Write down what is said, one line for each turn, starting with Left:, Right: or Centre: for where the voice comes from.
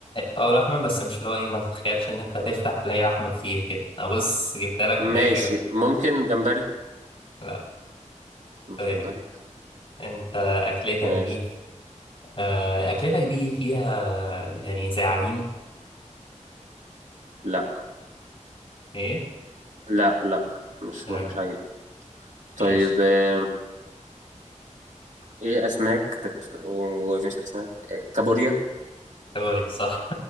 Left: أو لحمة بس مش اللي هو إيه ما تتخيلش إن أنت هتفتح تلاقي لحمة كتير كده أبص جبتها لك
Right: ماشي
Left: من الآخر
Right: ممكن جمبري
Left: لا
Right: مش
Left: طيب
Right: جمبري
Left: أنت أكلتك
Right: ماشي
Left: دي آه أكلتك دي فيها يعني زي عجين
Right: لأ
Left: إيه
Right: لأ لأ مش
Left: تمام
Right: ما فيهاش حاجة طيب
Left: ماشي
Right: آه إيه أسماك بت... ومش أسماك آه، كابوريا
Left: كابوري صح